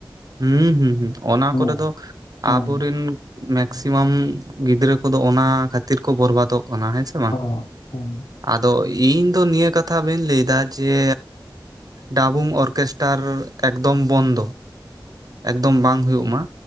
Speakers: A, on the right (about 50°); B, on the left (about 75°).
A: ᱦᱩᱸᱦᱩᱸᱦᱩᱸ ᱚᱱᱟ
B: ᱦᱮᱸ
A: ᱠᱚᱨᱮ ᱫᱚ
B: ᱦᱮᱸ
A: ᱟᱵᱚᱨᱤᱱ ᱢᱮᱠᱥᱤᱢᱟᱢ ᱜᱤᱫᱽᱨᱟᱹ ᱠᱚᱫᱚ ᱚᱱᱟ ᱠᱷᱟᱹᱛᱤᱨ ᱠᱚ ᱵᱚᱨᱵᱟᱫᱚᱜ ᱠᱟᱱᱟ ᱦᱮᱸ ᱥᱮ ᱾
B: ᱚᱻ ᱦᱮᱸ᱾
A: ᱟᱫᱚ ᱤᱧ ᱫᱚ ᱱᱤᱭᱟᱹ ᱠᱟᱛᱷᱟ ᱵᱟᱹᱧ ᱞᱟᱹᱭ ᱮᱫᱟ ᱡᱮ ᱰᱟᱵᱩᱝ ᱚᱨᱜᱮᱥᱴᱟᱨ ᱮᱠᱫᱚᱢ ᱵᱚᱱᱫᱚ ᱾ ᱮᱠᱫᱚᱢ ᱵᱟᱝ ᱦᱩᱭᱩᱜ ᱢᱟ,